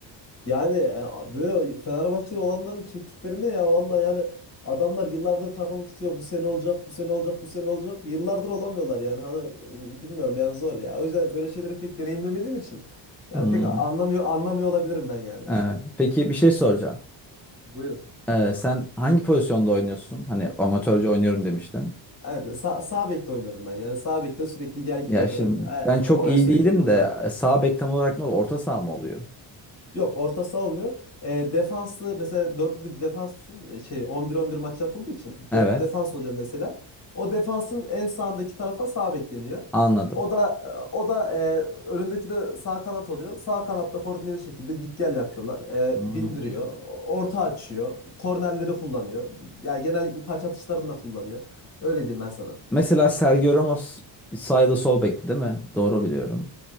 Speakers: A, on the left; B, in the centre.
A: Yani e, böyle Fenerbahçeli olanların çektiklerinde ya vallahi yani adamlar yıllardır takım tutuyor. Bu sene olacak, bu sene olacak, bu sene olacak. Yıllardır olamıyorlar yani. Hani e, bilmiyorum yani zor ya. O yüzden böyle şeyleri pek deneyimlemediğim için ya
B: Hmm,
A: pek anlamıyor anlamıyor olabilirim ben yani.
B: evet. Peki bir şey soracağım.
A: <laughs> Buyurun.
B: Ee, sen hangi pozisyonda oynuyorsun? Hani amatörce oynuyorum demiştin.
A: Evet, sağ, sağ bekte oynuyorum ben. Yani sağ bekte sürekli gel git
B: Ya
A: yapıyorum.
B: şimdi
A: E,
B: ben
A: orayı
B: çok iyi
A: sürekli
B: değilim
A: kullanırım.
B: de sağ bek tam olarak ne oluyor? Orta saha mı oluyor?
A: Yok orta saha olmuyor. E, defanslı mesela dörtlü bir defans tutun. E, şey 11-11 maç yapıldığı için
B: Evet.
A: dörtlü defans oluyor mesela. O defansın en sağındaki tarafa sağ bek deniyor.
B: Anladım.
A: O da o da e, önündeki de sağ kanat oluyor. Sağ kanatta koordineli şekilde git gel yapıyorlar. E,
B: Hmm.
A: bindiriyor. Orta açıyor. Kornerleri kullanıyor. Yani genellikle taç atışlarını da kullanıyor. Öyle diyeyim ben sana.
B: Mesela Sergio Ramos sağ ya da sol bekti değil mi? Doğru biliyorum.